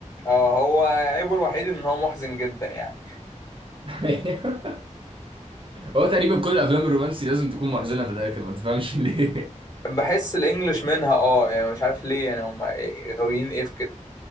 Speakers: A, on the left; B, on the right.
A: اه هو عيبه الوحيد ان هو محزن جدا يعني
B: <laughs> هو تقريبا كل الافلام الرومانسي لازم تكون محزنه في الاخر ما تفهمش ليه
A: بحس الانجليش منها اه يعني مش عارف ليه يعني هم غاويين ايه في كده